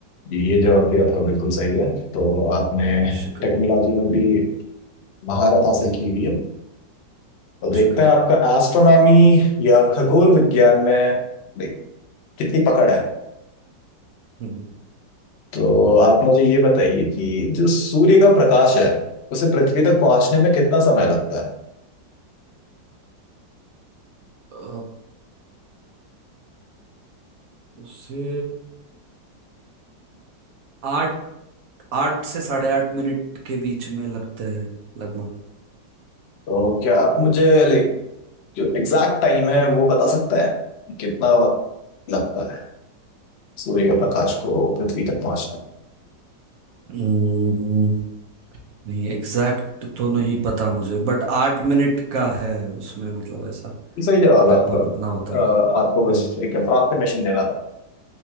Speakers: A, on the left (about 75°); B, on the right (about 60°).
A: ये जवाब भी आपका बिल्कुल सही है तो आपने
B: शुक्रिया
A: टेक्नोलॉजी में भी महारत हासिल की हुई है तो देखते
B: शुक्रिया
A: हैं आपका एस्ट्रोनॉमी या खगोल विज्ञान में like, कितनी पकड़ है
B: हम्म, हम्म।
A: तो आप मुझे ये बताइए कि जो सूर्य का प्रकाश है उसे पृथ्वी तक पहुंचने में कितना समय लगता है
B: अ, उसे आठ आठ से साढ़े आठ मिनट के बीच में लगते हैं लगभग
A: तो क्या आप मुझे लाइक जो एग्जैक्ट टाइम है वो बता सकते हैं कि कितना वक्त लगता है सूर्य का प्रकाश को पृथ्वी तक पहुंचने में
B: हम्म, नहीं एग्जैक्ट तो नहीं पता मुझे बट आठ मिनट का है उसमें मतलब ऐसा
A: ये सही जवाब
B: लगभग
A: है आपका
B: उतना होता
A: अ,
B: है
A: आपको बस
B: हम्म,
A: एक अप्रॉक्सीमेशन देना था